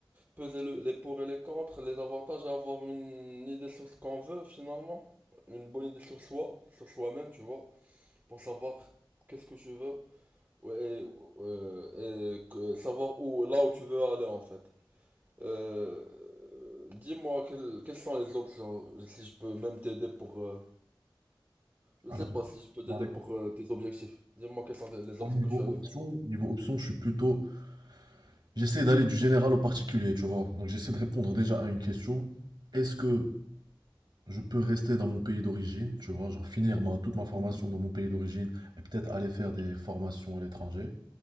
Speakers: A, on the right; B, on the right.
A: peser le- les pour et les contre, les avantages et avoir une idée sur ce qu'on veut finalement. Une bonne idée sur soi, sur soi-même, tu vois, pour savoir qu'est-ce que je veux ouais, et, euh, et que- savoir où, là où tu veux aller en fait. Euh, euh, dis-moi quelles, quelles sont les options, si je peux même t'aider pour... euh, je
B: Alors,
A: sais pas si je peux
B: bah,
A: t'aider
B: écoute,
A: pour euh, tes objectifs. Dis-moi quelles sont les
B: au
A: options
B: niveau
A: que tu as
B: option,
A: devant toi.
B: niveau option, je suis plutôt J'essaie d'aller du général au particulier, tu vois. Donc j'essaie de répondre déjà à une question. Est-ce que je peux rester dans mon pays d'origine, tu vois, genre finir ma, toute ma formation dans mon pays d'origine et peut-être aller faire des formations à l'étranger,